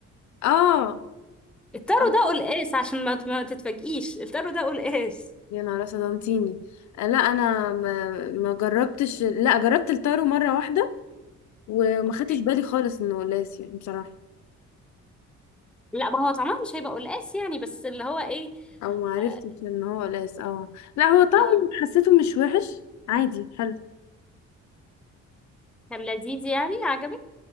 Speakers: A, on the left (about 70°); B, in the centre.
A: اه
B: التارو
A: اه
B: ده قلقاس عشان ما ما تتفاجئيش التارو ده قلقاس
A: يا نهار اسود انتيني آه، لا انا ما, ما جربتش لا جربت التارو مره واحده وما
B: اوكي
A: خدتش بالي خالص انه قلاس يعني بصراحه
B: لا ما هو طعمها مش هيبقى قلقاس يعني بس اللي هو ايه
A: او ما عرفتش
B: آه
A: ان هو قلاس اه لا هو طعمه
B: آه،
A: حسيته مش وحش عادي حلو
B: كان لذيذ يعني عجبك